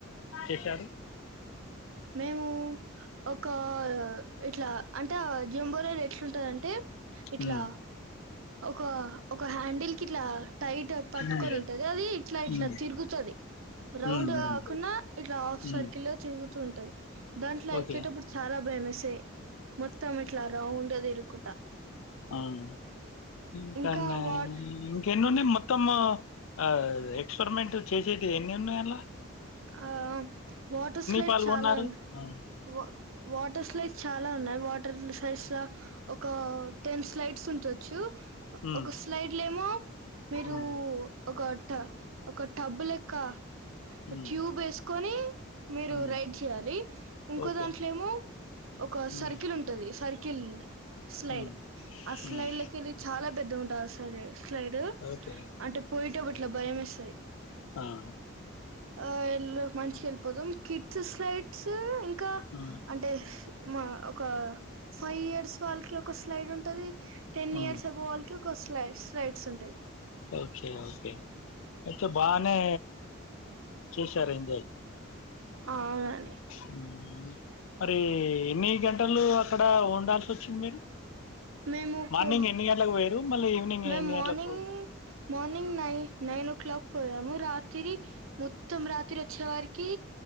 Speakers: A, on the left; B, on the right.
A: చేశారు
B: మేము ఒక ఇట్లా అంటే అ జెంబోరైడ్ ఎట్లుంటదంటే ఇట్లా
A: ఉమ్,
B: ఒక ఒక హ్యాండిల్ కి ఇట్లా టైట్ పట్టుకొని
A: ఉమ్,
B: ఉంటది అది ఇట్లా ఇట్లా
A: ఉమ్,
B: తిరుగుతది రౌండ్
A: ఉమ్, ఉమ్,
B: కాకున్నా ఇట్లా హాఫ్ సర్కిలు
A: ఉమ్,
B: తిరుగుతూ ఉంటది దాంట్లో
A: ఓకే
B: ఎక్కేటప్పుడు చాలా భయమేస్తది మొత్తం ఇట్లా రౌండ్ గా తిరుక్కుటా
A: అవును <unintelligible>
B: ఇంకా వాట్
A: ఎకెన్నునై మొత్తమూ ఆ ఎక్స్పెరిమెంటు చేసేది ఎన్నునయి అన్లా.
B: ఆ వాటర్ స్లైడ్
A: పాల్గొన్నారు
B: చాలా ఉన్నాయ్
A: ఉమ్
B: వ వాటర్ స్లైడ్స్ చాలా ఉన్నాయ్ వాటర్ స్లైడ్స్ లా. ఒకా టెన్ స్లైడ్స్ ఉంచచ్చూ.
A: ఉమ్
B: ఒక స్లైడ్లేమో మీరూ
A: ఉమ్
B: ఒక ట ఒక టబ్బు లెక్కా. ఒక
A: ఉమ్
B: ట్యూబ్ ఏసుకొనీ మీరు
A: ఉమ్,
B: రైడ్ చేయాలి ఇంకో
A: ఓకే
B: దాంట్లేమో. ఒకా సర్కిల్
A: ఉమ్
B: ఉం టది సర్కిల్ స్లైడ్
A: ఉమ్
B: ఆ స్లైడ్లకెళ్ళి
A: ఉమ్
B: చాలా పెద్దగుంటది అస్సలే. స్లైడు
A: ఓకే
B: అంటే పోయేటపుడ్ ఇట్లా భయమేస్తది.
A: ఆం
B: ఆ ఎల్లు మంచిగ ఎళ్ళిపోతం కిడ్సు స్లైడ్సూ ఇంకా
A: ఆ
B: అంటే. మా ఒకా ఫై ఇయర్స్ వాళ్ళకి ఒక స్లైడ్ ఉంటది. టెన్
A: ఆ
B: ఇయర్స్ అబొవె వాళ్ళకి ఒక స్లై స్లైడ్స్ ఉంటాయి.
A: ఓకే ఓకే అయితే బానే చేశారు ఎంజాయ్.
B: అవునండి
A: ఉమ్ మరీ ఎన్నీ గంటలూ అక్కడా ఉండాల్సి వచ్చింది మీరు.
B: మేము
A: మార్నింగ్
B: పో
A: ఎన్ని గంటలకు పోయిరు మళ్ళీ ఈవినింగ్
B: మేము
A: ఎన్ని
B: Morning
A: గంటలకు.
B: morning nine nine o'clock పోయాము రాతిరి. మొత్తం రాత్రి వచ్చే వరికీ